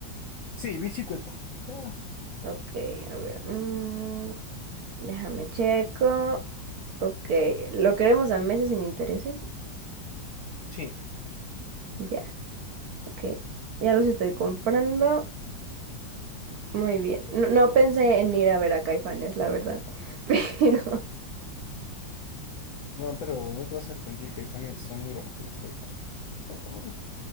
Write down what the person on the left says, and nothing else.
Sí, mil Cincuenta. Ah.
Sí,
no, pero no te vas a arrepentir, Caifanes, son muy buenos que los Caifanes. Oh, oh.